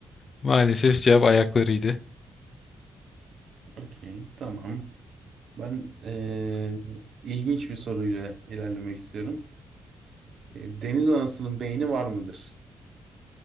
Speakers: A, on the left; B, on the right.
A: Maalesef cevap ayaklarıydı.
B: <laughs> Okey, tamam. Ben eee, ilginç bir soruyla ilerlemek istiyorum. E, deniz anasının beyni var mıdır?